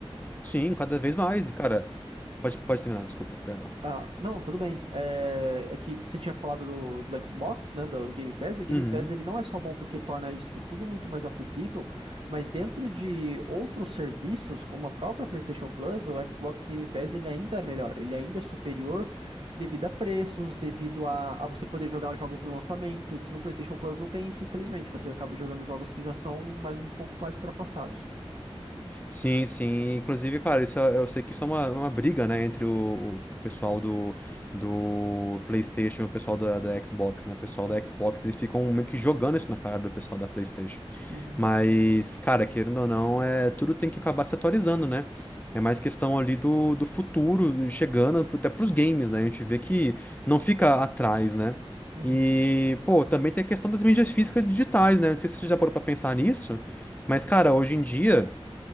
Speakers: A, on the left (about 15°); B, on the right (about 65°).
A: sim, cada vez mais. E, cara, pode, pode terminar, desculpa, perdão.
B: Ah, não, tudo bem. É, é que você tinha falado do, do Xbox, né, do Game Pass, e o Game
A: Uhum.
B: Pass ele não é só bom porque torna isso tudo muito mais acessível, mas dentro de outros serviços, como a própria PlayStation Plus, o Xbox Game Pass ele ainda é melhor, ele ainda é superior devido a preços, devido a, a você poder jogar os jogos no lançamento, que no PlayStation Plus não tem isso, infelizmente. Você acaba jogando jogos que já são mais um pouco mais ultrapassados.
A: Sim, sim. Inclusive, cara, isso é- eu sei que isso é uma, uma briga, né, entre o, o pessoal do, do PlayStation e o pessoal da, da Xbox, né? O pessoal da Xbox, eles ficam meio que jogando isso na cara do pessoal da PlayStation.
B: Uhum,
A: Mas, cara, querendo ou não, é, tudo tem que acabar se atualizando, né? É mais questão ali do, do futuro chegando até pros games, né? A gente vê que não fica atrás, né?
B: uhum.
A: E, pô, também tem a questão das mídias físicas digitais, né? Não sei se você já parou pra pensar nisso, mas, cara, hoje em dia.